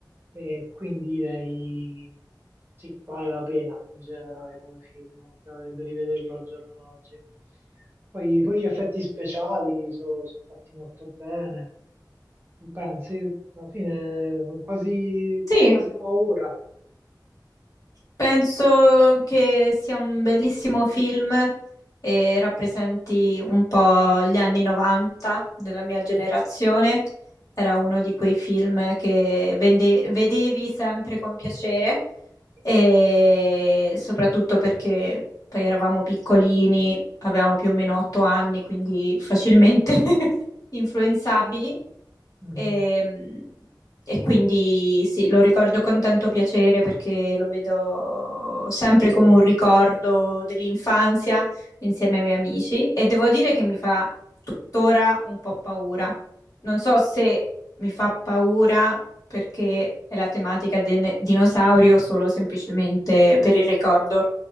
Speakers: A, on the right (about 30°); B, on the left (about 50°).
A: e quindi direi sì, vale la pena in generale come film, da, da rivederlo al giorno d'oggi. Poi, poi gli effetti speciali sono fatti molto bene, non pensi? Alla fine quasi,
B: Sì,
A: fa quasi paura.
B: penso che sia un bellissimo film e rappresenti un po' gli anni 90 della mia generazione.
A: Mm.
B: Era uno di quei film che vende- vedevi sempre con piacere e soprattutto perché poi eravamo piccolini, avevamo più o meno otto anni, quindi facilmente <laughs> influenzabili.
A: Mm.
B: E, e quindi sì, lo ricordo con tanto piacere perché lo vedo sempre come un ricordo dell'infanzia insieme ai miei amici e devo dire che mi fa tuttora un po' paura. Non so se mi fa paura perché è la tematica del dinosaurio solo semplicemente per il ricordo